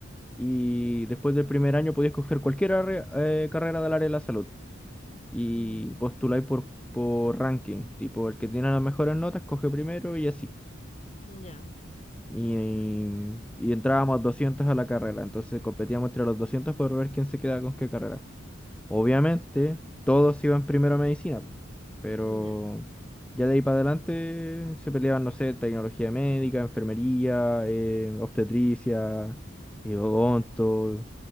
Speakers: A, in the centre; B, on the left (about 35°).
A: y después del primer año podís coger cualquier arre- eh, carrera del área de la salud y
B: mm,
A: postuláis por, por ranking, tipo el que tiene las mejores notas coge primero y así.
B: ya,
A: Y, y entrábamos 200 a la carrera, entonces competíamos entre los 200 por ver quién se queda con qué carrera. Obviamente,
B: mm,
A: todos iban primero a medicina, po, pero
B: ya,
A: ya de ahí para adelante se peleaban, no sé, tecnología médica, enfermería, eh, obstetricia, eh, odonto,